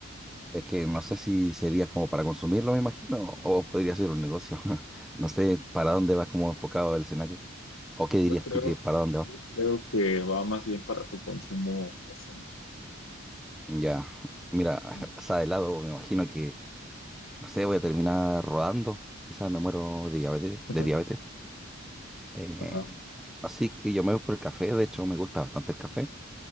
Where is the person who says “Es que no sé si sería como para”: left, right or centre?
Centre